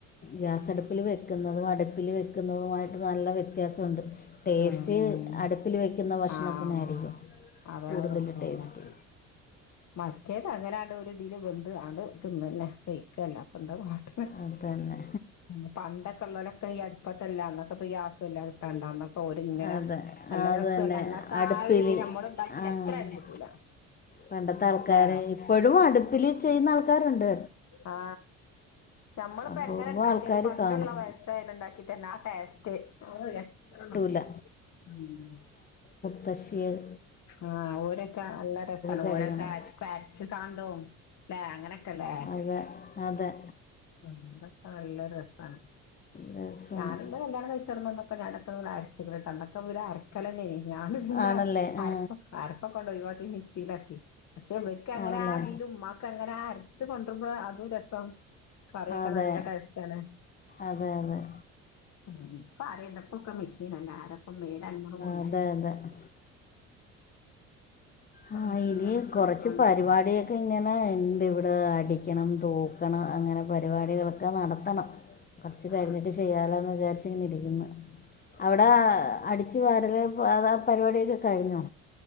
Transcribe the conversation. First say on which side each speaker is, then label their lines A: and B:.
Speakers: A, on the left; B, on the left.
A: ഗ്യാസ് അട്പില് വെക്ക്ന്നതും അട്പ്പില് വെക്കുന്നതുമായിട്ട് നല്ല വ്യത്യാസൊണ്ട്. ടേസ്റ്റ്
B: ഉം ഉം
A: അട്പ്പില് വെയ്ക്കുന്ന ഭക്ഷണത്തിനായിരിക്കും.
B: ആഹ് അതാണ്
A: കൂടുതൽ
B: രസം
A: ടേസ്റ്റ്
B: മറ്റ് മറ്റേത് അങ്ങനാണ്ട് ഒരു ഇതില് വെന്ത് ആണ്ട് തിന്നന്നെ വെയ്ക്കല്ല പ്പന്താകാ <unintelligible>
A: അത് തന്നെ
B: പണ്ടക്കെ ള്ളോലെ കെ ഈ അട്പ്പത്തെല്ല അന്നൊക്കെപ്പൊ ഗ്യാസല്ലാകിട്ടാണ്ട ഓര്ങ്ങനെ
A: അതെ
B: നല്ല
A: അത്
B: രസൊല്ലെ
A: തന്നെ
B: അന്നത്താ
A: അടുപ്പിൽ
B: ആ ഒരു ഇത് ഞമ്മള് ണ്ടാക്യാല്
A: ആ
B: എത്ര ആലും കിട്ടൂല.
A: പണ്ടത്തെ ആൾക്കാര്
B: ല്ലേ
A: ഇപ്പഴും അട്പ്പില് ചെയ്യ്ന്ന ആൾകൊരോണ്ട്
B: ആ ഞമ്മള്പ്പോ
A: അപൂർവം
B: എങ്ങനെ ണ്ടാക്യാലും
A: ആൾക്കാർ
B: പണ്ട്ള്ള
A: കാണും
B: വയസ്സായോല് ണ്ടാക്കി തെര്നെ ആ ടേസ്റ്റ് <unintelligible>
A: ല്ല
B: ഉം
A: ബഷീറ്
B: ആഹ ഓരൊക്കെ അല്ലരസാണ്
A: കഴിക്കണം
B: ഓരൊക്കെവര്രച്ച് കാണ്ടും ലെ അങ്ങനെ കെലെ
A: അതെ അതെ
B: പണ്ടൊക്കെ നല്ല രസാണ്.
A: രസമാണ്
B: ഞാനിന്നെ കല്ല്യാണം കൈചോട്ന്നപ്പൊക്കെ ഞാനൊക്ക അര്ച്ച്ക്ണ്‌ട അന്നക്കെ വ്‌ല് അരക്കലെന്നെയ്നി. ഞാന് <unintelligible>
A: ആണല്ലേ ആ
B: അരപ്പ്ക്കടൊഴിവാക്കി മിക്സിലാക്കി പഷെ ഇവെര്ക്ക അങ്ങന
A: ആണല്ലേ
B: അതിലും മ്മാക്ക് അങ്ങനെ ആ സ് കൊണ്ട്രുമ്പളുംഅതും രസം. കറിയൊക്കെ
A: അതെ
B: നല്ല ടേസ്റ്റ് ആണ്.
A: അതെ അതെ
B: ഉ ഇപ്പൊ ആരെണ്ടോ പ്പൊക്കെ മിഷീനല്ലെ ആരോക്കും മേലന്ങ്ങ്ണ്കൂടില്ല.
A: അതെ അതെ ആഹ്
B: മെഷീനാണ്ട്
A: ഇനി
B: ഇട്ടൊടുത്ത്കാണ്ട്
A: കൊറച്ച് പരിപാടിക്കെ
B: ഒരു പോ
A: ഇങ്ങനെ ഇണ്ട് ഇവിടെ അടിക്കണം തൂക്കണം അങ്ങനെ പരിപാടികളൊക്കെ നടത്തണം. കൊർച്ച്‌
B: ആ
A: കയിഞ്ഞിട്ട് ചെയ്യാലോന്ന് വിചാരിച് ഇങ്ങനെ ഇരിക്ന്ന് അവടെ
B: ആ
A: അടി ച് വാരല് പ അതാ ആ പരിപാടിക്കെ കഴിഞ്ഞോ